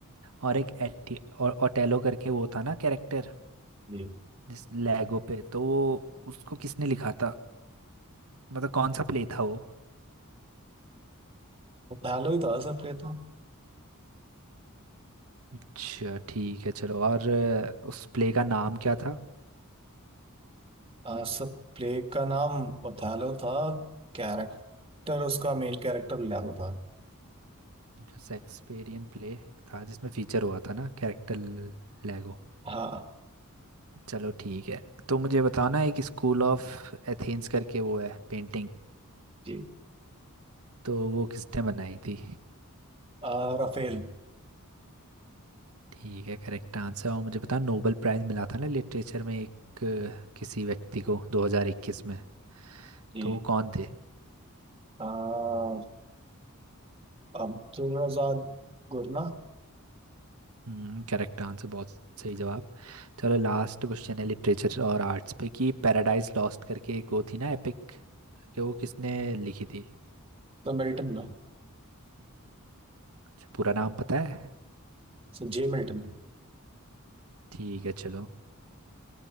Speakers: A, on the right (about 75°); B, on the right (about 25°).
A: और एक एटी और ओटेलो करके वो था ना कैरेक्टर
B: जी
A: जिस लैगो पे तो वो उसको किसने लिखा था मतलब कौन सा प्ले था वो
B: ओथेलो ही था सर प्ले तो
A: अच्छा ठीक है चलो और अ, उस प्ले का नाम क्या था
B: अह, सर प्ले का नाम ओथेलो था कैरेक्टर उसका मेन कैरेक्टर लियागो था
A: जो शेक्सपियरियन प्ले था जिसमें फीचर हुआ था ना कैरेक्टर लैगो
B: हाँ
A: चलो ठीक है तो मुझे बताओ ना एक स्कूल ऑफ एथेंस करके वो है पेंटिंग
B: जी
A: तो वो किसने बनाई थी
B: अह, राफेल
A: ठीक है करेक्ट आंसर और मुझे पता नोबेल प्राइज मिला था ना लिटरेचर में एक अ, किसी व्यक्ति को 2021 में
B: जी
A: तो वो कौन थे
B: अह, अब्दुल रजाक गुरना
A: हम्म करेक्ट आंसर बहुत सही जवाब चलो लास्ट क्वेश्चन है लिटरेचर और आर्ट्स पे कि पैराडाइज लॉस्ट करके एक वो थी ना एपिक कि वो किसने लिखी थी
B: तो मिल्टन ना
A: अच्छा, पूरा नाम पता है
B: Sir J Milton
A: ठीक है चलो